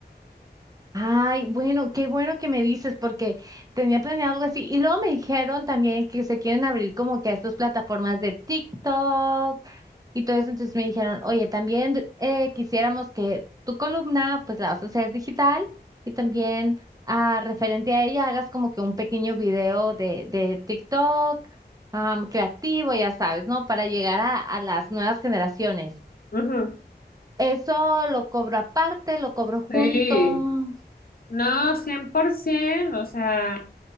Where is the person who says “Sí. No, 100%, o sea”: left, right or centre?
Left